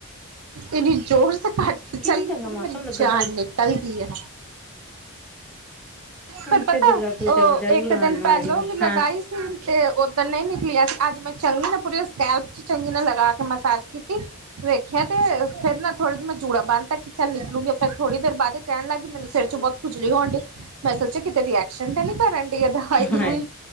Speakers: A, on the right (about 75°); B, in the centre.
A: ਇੰਨੀ ਜ਼ੋਰ ਸ ਕੱਟ ਕੇ ਚੱਲ
B: ਕਿੰਨਾ ਚੰਗਾ
A: ਗਈ ਪੂਨ
B: ਮੌਸਮ
A: ਮੇਰੀ
B: ਲੱਗਣ
A: ਜਾਨ
B: ਡਿਆ
A: ਨਿਕਲ ਗਈ ਹੈ।
B: ਹੁਣ
A: ਪਰ ਪਤਾ
B: ਤੇ ਦੁਰਗਾ ਪੂਜਾ
A: ਉਹ
B: ਜਾ
A: ਇੱਕ
B: ਵੀ ਆਉਣ
A: ਦਿਨ
B: ਵਾਲੀ
A: ਪਹਿਲੋਂ ਵੀ ਲਗਾਈ
B: ਹਾਂ।
A: ਤੇ ਉਧਰ ਨਹੀਂ ਨਿਕਲੀਆਂ ਸੀ ਅੱਜ ਮੈਂ ਚੰਗੀ ਨਾ ਪੂਰੀ ਸ਼ਲ। ਚੰਗੀ ਨਾਲ ਲਗਾ ਕੇ ਮਸਾਜ ਕੀਤੀ। ਵੇਖਿਆ ਤੇ ਫੇਰ ਨਾ ਥੋੜੀ ਰ ਮੈਂ ਜੂੜਾ ਬੰਣ ਤ ਕਿ ਚੱਲ ਨਿਕਲੂਗੀ ਫਿਰ ਥੋੜੀ ਦੇਰ ਬਾਅਦ ਕਹਿਣ ਲੱਗਗੀ ਮੈਨੂੰ ਸਿਰ ਚ' ਬਹੁਤ ਖੁਜਲੀ ਹੋਣ ਡਈ, ਮੈਂ ਸੋਚਿਆ ਕਿਤੇ ਰਿਐਕਸ਼ਨ ਤੇ ਨੀ ਕਰਨ ਡ ਦਹਾਈ ਦੂਈ।
B: ਹਾਏ